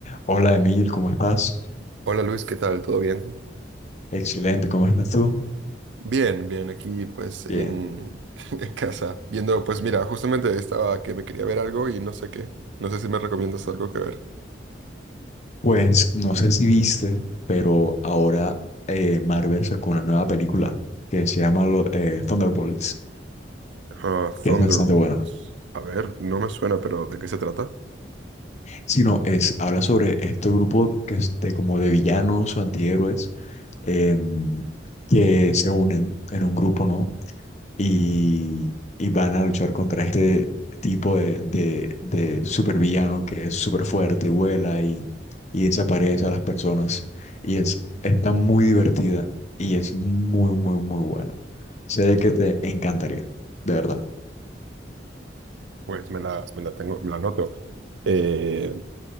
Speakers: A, on the left; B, on the right.
A: Hola Emil, ¿cómo estás?
B: Hola Luis, ¿qué tal? ¿Todo bien?
A: Excelente, ¿cómo estás tú?
B: Bien, bien, aquí pues en,
A: Bien.
B: <laughs> en casa, viendo, pues mira, justamente estaba que me quería ver algo y no sé qué, no sé si me recomiendas algo que ver.
A: Pues no sé si viste, pero ahora eh, Marvel sacó una nueva película que se llama lo- eh, Thunderbolts,
B: Ah,
A: que
B: Thunderbolts.
A: es bastante buena.
B: A ver, no me suena, pero ¿de qué se trata?
A: Si no, es, habla sobre este grupo que es de como de villanos o antihéroes em, que se unen en un grupo, ¿no? y, y van a luchar contra este tipo de, de, de supervillano que es súper fuerte y vuela y, y desaparece a las personas. Y es, está muy divertida y es muy, muy, muy buena. Sé de que te encantaría, de verdad.
B: Pues me la, me la tengo, me la noto. estoy